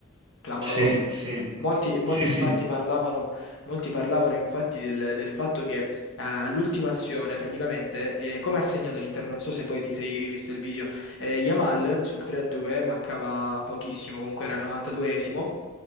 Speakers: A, on the left; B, on the right.
A: clamorosa.
B: sì, sì,
A: Molti, molti
B: sì, sì,
A: infatti parlavano, molti parlavano infatti del, del fatto che eh, all'ultima azione praticamente, eh, come ha segnato l'Inter, non so se poi ti sei rivisto il video, eh, Yamal sul 3-2, mancava pochissimo, comunque era il 92esimo,